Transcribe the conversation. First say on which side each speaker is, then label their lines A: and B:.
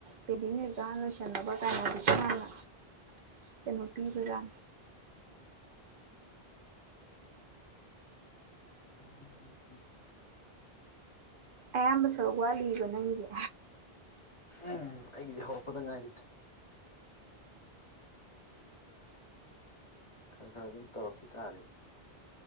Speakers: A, on the right (about 65°); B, on the left (about 30°).
A: ꯄꯦꯗꯤꯡ ꯑꯦꯖꯥ ꯂꯣꯏꯁꯟꯅꯕ ꯀꯥꯏꯅꯗꯤꯁꯨ ꯃꯥꯅ ꯀꯩꯅꯣ ꯄꯤꯕꯗꯥꯥ
B: ꯎꯝ ꯑ
A: ꯑꯌꯥꯝꯕ ꯁꯔ ꯋꯥꯠꯂꯤꯕ ꯅꯪꯁ
B: ꯎꯝ ꯑꯩꯒꯤꯗꯤ ꯍꯧꯔꯛꯄꯗ ꯉꯥꯏꯔꯤꯗ ꯈꯔ ꯈꯔ ꯑꯗꯨꯝ ꯇꯧꯔꯛꯈꯤ ꯇꯥꯔꯦ